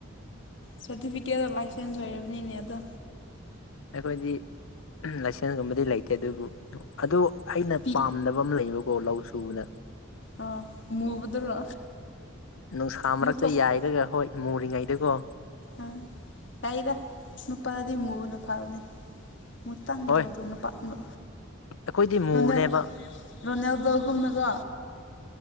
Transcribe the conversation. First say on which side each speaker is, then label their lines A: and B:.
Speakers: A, on the left; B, on the left.
A: ꯁꯥꯔꯇꯤꯐꯤꯀꯦꯠ ꯂꯥꯏꯁꯦꯟꯁ ꯑꯣꯏꯔꯕꯅꯤꯅꯦ ꯑꯗꯣ
B: ꯑꯩꯈꯣꯏꯗꯤ ꯂꯥꯏꯁꯦꯟꯁꯀꯨꯝꯕꯗꯤ ꯂꯩꯇꯦ ꯑꯗꯨꯕꯨ ꯑꯗꯨ ꯑꯩꯅ
A: ꯄꯤ
B: ꯄꯥꯝꯗꯕ ꯑꯃ ꯂꯩꯕꯀꯣ ꯂꯧ ꯁꯨꯕꯅ
A: ꯑꯥ ꯃꯨꯕꯗꯨꯔꯣ
B: ꯅꯨꯡꯁꯥ ꯃꯔꯛꯇ
A: ꯃꯨꯊꯣꯛꯄ
B: ꯌꯥꯏꯔꯒ ꯍꯣꯏ ꯃꯨꯔꯤꯉꯩ ꯗꯤꯀꯣ
A: ꯑꯥ ꯀꯥꯏꯗ ꯅꯨꯄꯥꯗꯤ ꯃꯨꯕꯅ ꯐꯕꯅꯤ ꯃꯇꯥꯡ
B: ꯍꯣꯏ
A: ꯇꯧꯗꯣ ꯅꯨꯄꯥꯥ ꯅꯨ
B: ꯑꯩꯈꯣꯏꯗꯤ ꯃꯨꯕꯅꯦꯕ
A: ꯔꯣꯅꯦꯜ ꯔꯣꯅꯦꯜꯗꯣꯒꯨꯝꯅꯀꯣ